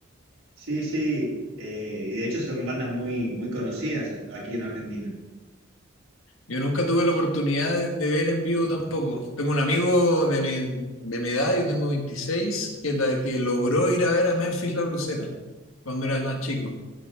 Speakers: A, on the right; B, on the left.
A: Sí, sí, eh, y de hecho son bandas muy, muy conocidas aquí en Argentina.
B: Yo nunca tuve la oportunidad de, de ver en vivo tampoco. Tengo un amigo de mi, de mi edad, yo tengo 26, que, ta- que logró ir a ver a Memphis La Blusera cuando era más chico.